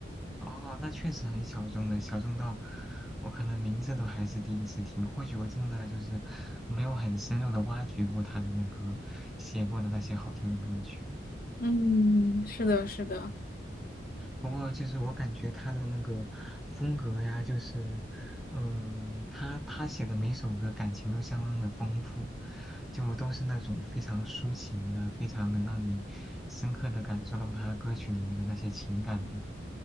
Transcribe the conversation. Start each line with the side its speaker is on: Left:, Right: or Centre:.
Centre: 哦，那确实很小众的，小众到我可能名字都还是第一次听。或许我真的就是没有很深入的挖掘过他的那个写过的那些好听的歌曲。
Left: 嗯，是的，是的。
Centre: 不过就是我感觉他的那个风格呀，就是，嗯、他他写的每首歌感情都相当的丰富，就都是那种非常抒情的，非常能让你深刻的感受到他歌曲里面的那些情感的。